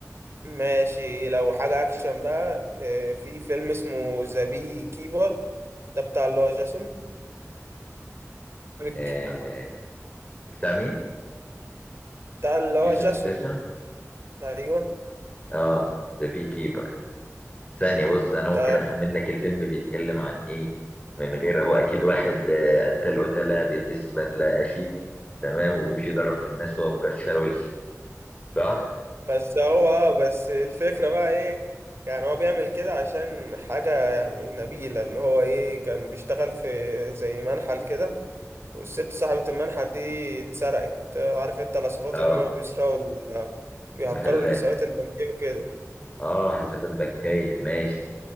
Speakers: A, on the right; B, on the left.
A: ماشي لو حاجة اكشن بقى آه، في فيلم اسمه ذا بي كيبر ده بتاع اللي هو جاسون بتاع
B: آه آه، بتاع مين؟
A: اللي هو
B: جيسون
A: جاسون
B: ستاثام
A: ايوه
B: اه ذا بي كيبر ثانية بص انا ممكن
A: ده
B: اخمن لك الفيلم بيتكلم عن ايه من غير هو اكيد واحد آه، قتال قتلة بيلبس بدلة شيك تمام وبيمشي يضرب في الناس وهو مكشر وشه صح؟
A: بس هو آه، بس الفكرة بقى ايه يعني هو بيعمل كده عشان حاجة يعني نبيلة اللي هو ايه كان بيشتغل في زي منحل كده والست صاحبة المنحل دي اتسرقت آه، عارف انت العصابات
B: اه
A: اللي هم بيسرقوا بيهكروا
B: محلات
A: الحسابات البنكية وكده
B: اه حسابات بنكية ماشي